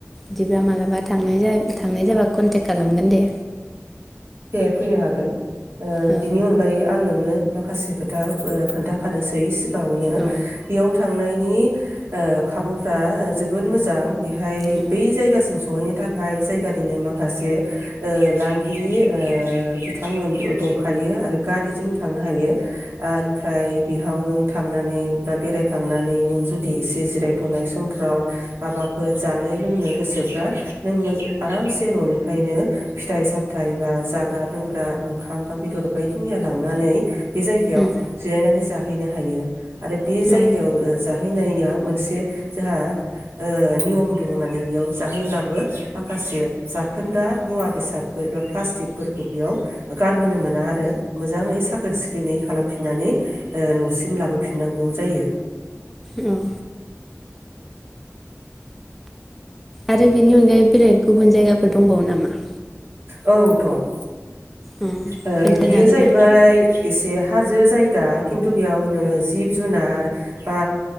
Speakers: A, in the centre; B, on the right.
A: बिदिब्ला मालाबा थांनाय जा थांनाय जाबा कन्टेक्ट खालामगोन दे।
B: दे फैनो हागोन। ओ
A: औ
B: बिनि अनगायै आं नोंनो माखासे खोथा ओ खोन्थाखानोसै सि गांङावनो
A: औ
B: बेयाव थांनाय नि ओ खाबुफ्रा जोबोद मोजां। बेहाय
A: उम
B: बै जायगासिम सहैनो थाखाय जायगानिनो माखासे ओ लांगिरि ओ बिथांमोन दंखायो आरो गारिजों थांनो हायो ओमफ्राय बिहाव नों थांनानै बा बेरायखांनानै नों जुदि एसे जिरायथ'नाय समफ्राव माबाफोर जानो लोंनो गोसोब्रा नों मोज आरामसे न'निफ्रायनो फिथाइ सामथाइ जाग्रा लोंग्रा ओंखाम बा बेदर बायदि मैया लांनानै बे जायगायाव
A: उम
B: जिरायनानै जा हैनो हायो। आरो बे जायगायाव
A: उम
B: ओ जाहैनाया मोन से जोंहा ओ नियम दङ माने बेयाव जाहैब्लाबो माखासे जाखोन्दा मुवा बेसाद <unintelligible> प्लास्टिकफोरखौ बेयाव गारबोनो मोना आरो मोजाङै साखोन सिखोनै खालामफिननानै ओ न'सिम लाबोफिननांगौ जायो।
A: उम। आरो बेनि अनगायै बेलेग गुबुन जायगाफोर दंबावो नामा?
B: औ दं।
A: अ
B: ओ
A: खोन्थानो
B: बियो
A: हागोन
B: जाहैबाय
A: ना
B: एसे हाजो जाय गा खिन्थु बेयाव नोङो जिब जुनार बा